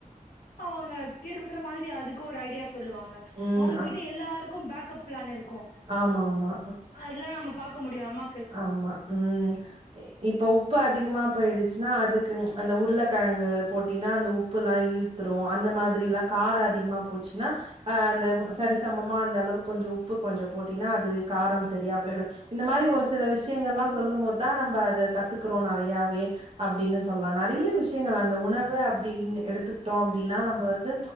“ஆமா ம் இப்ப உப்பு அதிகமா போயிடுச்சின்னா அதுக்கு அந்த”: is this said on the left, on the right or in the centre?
Right